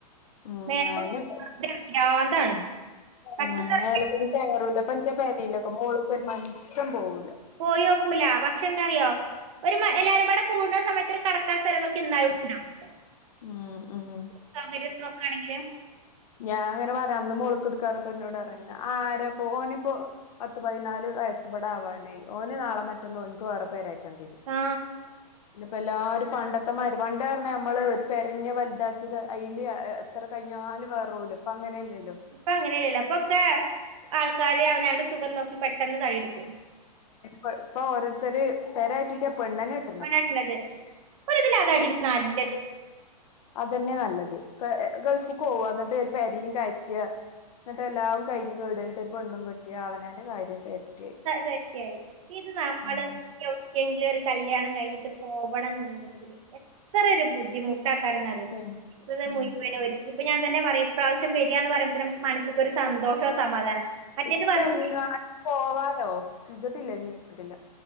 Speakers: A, on the left; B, on the right.
A: ഉം
B: മേ-
A: അയിന്
B: ഭ്രാന്താണ് പക്ഷെ
A: ഉം
B: എന്താ അറിയോ?
A: മേലകൊന്നും കയ്യറൂല്ല അപ്പന്റെ പേരെയിലൊക്കെ മോള് ഒരു മനുഷ്യൻ പോവൂല
B: പോയാൽ ഒക്കൂല പക്ഷെ എന്താറിയോ ഒരു മ എല്ലാരും കൂടെ കൂടണ സമയത്ത് ഒരു കെടക്കാൻ സ്ഥലം- എനിക്ക് എന്തായാലുടുക്കണം
A: ഉം ഉം
B: സൗകര്യം നോക്കാണെങ്കില്
A: ഞാൻ അങ്ങനെ പറയാം അന്ന് മൊളക്ക് ഇട്ക്കാ റഞ്ഞപ്പൊ ഇന്നൊട് റഞ്ഞ് ആരാ ഓനിപ്പോ പത്ത് പതിനാല് വയസ്സ് ബടെ ആവാനായി ഓന് നാളെ മറ്റന്ന ഓന്ക്ക് വേറെ പേരാ രണ്ടീരും
B: ആ
A: പിന്നപ്പ എല്ലാരും പണ്ടത്തെ മ പണ്ട് പറഞ്ഞാ നമ്മള് ഒരു പെരന്നെ വലുതാക്കിയത് അയില് എത്ര കഴിഞ്ഞാലും വേറൊല്ല ഇപ്പ അങ്ങനെല്ലല്ലോ
B: ഇപ്പ അങ്ങനെല്ലല്ല ഇപ്പൊക്കെ ആൾക്കാര് അവനാണ്ട് സുഖം നോക്കി പെട്ടെന്ന് തടിടുക്കും
A: വ ഇപ്പൊ ഓരോര്ത്തര് പെരാറ്റിട്ടാ പെണ്ണന്നെ കെട്ടണത്
B: പെണ്ണട്ട്ണത് ഒരിത് ല് അതാടി നല്ലത്
A: തന്നെ നല്ലത് പ ഗൾഫിൽ പോവാ എന്നിട്ട് ഒരു പരെ കയറ്റ എന്നിട്ട് എല്ലാവും കഴിഞ്ഞ് കേട് ഒരു പെണ്ണും കെട്ടി അവനന്റെ കാര്യം സേഫ്റ്റി ആയി
B: സേഫ്റ്റി ആയി ഇത് നമ്മള്
A: ഉം
B: എവിടേക്കെങ്കിലും ഒരു കല്യാണം കഴിഞ്ഞിട്ട് പോവണം ന്ന്ണ്ടെങ്കില് എത്ര ഒരു ബുദ്ധിമു ട്ടേക്കാരം ന്നറിയോ
A: ഉം
B: ഇപ്പത്
A: ഉം
B: മുയ് വനും ഓ ഇപ്പൊ ഞാൻതന്നെ പറയും ഇപ്രാവശ്യം വരികയാന്ന് പറുമ്പഴേ നമുക്ക് മനസ്സിക്കൊരു സന്തോഷോ സമാധാനം മറ്റേത്
A: ഇട്ടെറിഞ്ഞുകാണ്ട്
B: വന്ന
A: പോവാലോ ചെയ്തിട്ടില്ല എങ്കിലുംന്നിട്ടില്ല